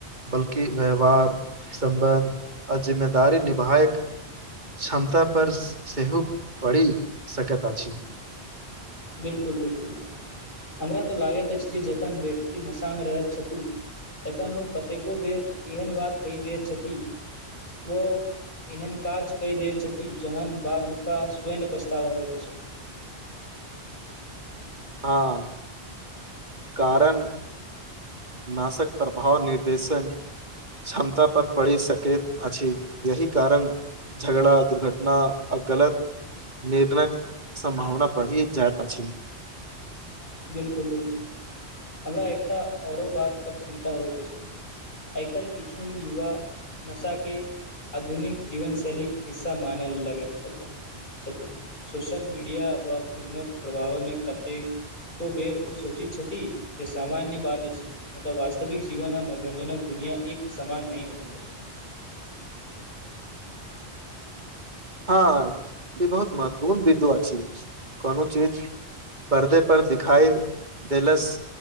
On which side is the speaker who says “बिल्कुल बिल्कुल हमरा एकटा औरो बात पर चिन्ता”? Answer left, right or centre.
Left